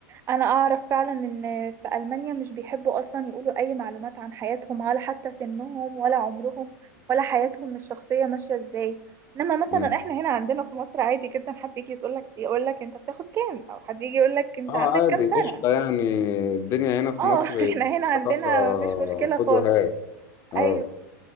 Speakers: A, on the right; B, on the left.
A: انا اعرف فعلا ان في المانيا مش بيحبوا اصلا يقولوا اي معلومات عن حياتهم ولا حتى سنهم ولا عمرهم ولا حياتهم الشخصيه ماشيه ازاي انما مثلا
B: مم.
A: احنا هنا عندنا في مصر عادي جدا حد يجي يقول لك يقول لك انت بتاخد كام او حد يجي يقول لك انت
B: اه
A: عندك كام
B: عادي
A: سنه
B: قشطة يعني الدنيا هنا في
A: اه
B: مصر
A: <laughs> احنا هنا
B: ثقافة
A: عندنا مفيش مشكله
B: خد
A: خالص
B: وهات اه
A: ايوه